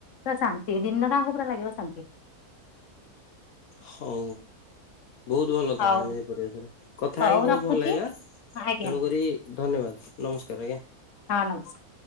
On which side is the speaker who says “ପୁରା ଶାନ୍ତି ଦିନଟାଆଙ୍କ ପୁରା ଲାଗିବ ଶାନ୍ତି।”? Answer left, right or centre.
Left